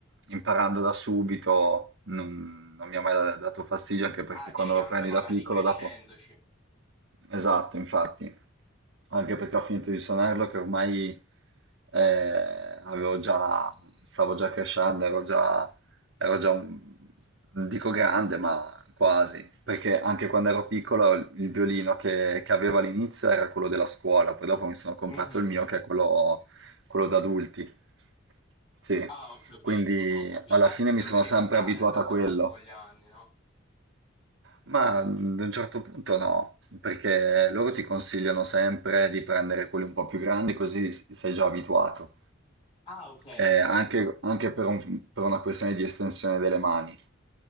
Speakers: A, on the right; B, on the left.
A: imparando da subito, non, non mi ha mai dato fastidio, anche perché
B: Ah, dici
A: quando lo
B: anche
A: prendi
B: magari
A: da piccolo,
B: crescendoci.
A: dopo... Esatto, infatti anche perché ho finito di suonarlo che ormai eh, avevo già, stavo già crescendo, ero già, ero già un- non dico grande, ma quasi, perché anche quando ero piccolo il violino che, che avevo all'inizio era quello della scuola, poi dopo mi sono comprato
B: Mhm.
A: il mio che è quello, quello da adulti, sì,
B: Ah, ho capito,
A: quindi
B: ho capito.
A: alla
B: Ah,
A: fine
B: è perché
A: mi
B: lo
A: sono
B: devi
A: sempre
B: cambiare
A: abituato
B: andando
A: a quello.
B: avanti con gli anni, no?
A: Ma ad un certo punto no, perché loro ti consigliano sempre di prendere quelli un po' più grandi, così s- sei già abituato.
B: Ah, ok,
A: Eh,
B: ok.
A: anche anche per, un- per una questione di estensione delle mani.